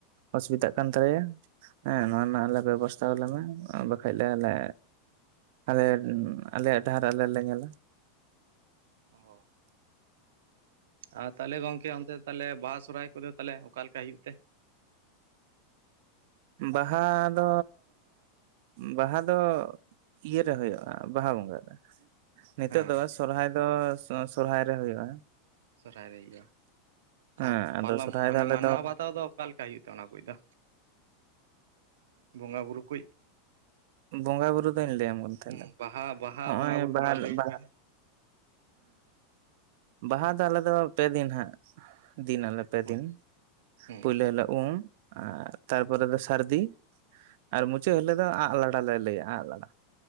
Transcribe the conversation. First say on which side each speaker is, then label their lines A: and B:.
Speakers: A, on the right; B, on the right.
A: ᱚᱥᱩᱵᱤᱫᱷᱟᱜ ᱠᱟᱱ ᱛᱟᱞᱮᱭᱟ ᱦᱮᱸ ᱱᱚᱣᱟ ᱨᱮᱱᱟᱜ ᱟᱞᱮ ᱵᱮᱵᱚᱥᱛᱷᱟ ᱟᱞᱮ ᱢᱮᱮ ᱵᱟᱠᱷᱷᱟᱡ ᱞᱮ ᱟᱞᱮ ᱟᱞᱮ ᱟᱞᱮᱭᱟᱜ ᱰᱟᱦᱟᱨ ᱟᱞᱮ ᱞᱮ ᱧᱮᱞᱟ
B: ᱚ ᱟᱨ ᱛᱟᱦᱚᱞᱮ ᱜᱚᱝᱠᱮ ᱚᱱᱛᱮ ᱛᱟᱦᱚᱞᱮ ᱵᱟᱦᱟ ᱥᱚᱨᱦᱟᱭ ᱠᱚᱫᱚ ᱛᱟᱞᱦᱮ ᱚᱠᱟᱞᱮᱠᱟ ᱦᱩᱭᱩᱜ ᱛᱮ
A: ᱵᱟᱦᱟ ᱫᱚ ᱵᱟᱦᱟ ᱫᱚ ᱤᱭᱟᱹᱨᱮ ᱦᱩᱭᱩᱜᱼᱟ ᱵᱟᱦᱟ ᱵᱚᱸᱜᱟ ᱨᱮ ᱱᱤᱛᱚᱜ
B: ᱦᱮᱸ
A: ᱫᱚ ᱥᱚᱨᱦᱟᱭ ᱫᱚ ᱥᱚᱨᱦᱟᱭ ᱨᱮ ᱦᱩᱭᱩᱜᱼᱟ
B: ᱥᱚᱨᱦᱟᱭ ᱨᱮ ᱦᱩᱭᱩᱜᱼᱟ
A: ᱦᱮᱸ
B: ᱟᱨ
A: ᱟᱫᱚ
B: ᱯᱟᱞᱚᱢ
A: ᱥᱚᱨᱦᱟᱭ
B: ᱢᱟᱱᱮ
A: ᱫᱚ ᱟᱞᱮ
B: ᱢᱟᱱᱟᱣ ᱵᱟᱛᱟᱣ ᱫᱚ ᱚᱠᱟᱮ ᱞᱮᱠᱟ ᱦᱩᱭᱩᱜ ᱚᱱᱟ ᱠᱚᱫᱚ ᱵᱚᱸᱜᱟᱼᱵᱩᱨᱩ ᱠᱚ
A: ᱵᱚᱸᱜᱟᱼᱵᱩᱨᱩ ᱫᱚᱧ ᱞᱟᱹᱭᱟᱢ ᱠᱟᱱ ᱛᱟᱦᱮᱱᱟ
B: ᱦᱩᱸ ᱵᱟᱦᱟ ᱵᱟᱦᱟ
A: ᱱᱚᱜᱼᱚᱸᱚᱭ
B: ᱵᱚᱸᱜᱟ ᱵᱩᱨᱩ
A: ᱵᱟᱦᱟ
B: ᱛᱷᱚᱲᱟ ᱞᱟᱹᱭᱟᱹᱧ
A: ᱵᱟᱦᱟ
B: ᱵᱮᱱ
A: ᱦᱮᱸ ᱵᱟᱦᱟ ᱫᱚ ᱟᱞᱮ ᱫᱚ ᱯᱮ ᱫᱤᱱ ᱦᱟᱸᱜ ᱫᱤᱱ ᱟᱞᱮ ᱯᱮ
B: ᱦᱳᱭ
A: ᱫᱤᱱ
B: ᱦᱩᱸ
A: ᱯᱳᱭᱞᱳ ᱦᱤᱞᱳ ᱩᱢ ᱟᱨ ᱛᱟᱨᱯᱚᱨᱮ ᱫᱚ ᱥᱟᱹᱨᱫᱤ ᱟᱨ ᱢᱩᱪᱟᱹᱫ ᱦᱤᱞᱳᱜ ᱫᱚ ᱟᱜ ᱞᱟᱲ ᱞᱮ ᱞᱟᱹᱭᱟ ᱟᱸᱜ ᱞᱟᱲᱟ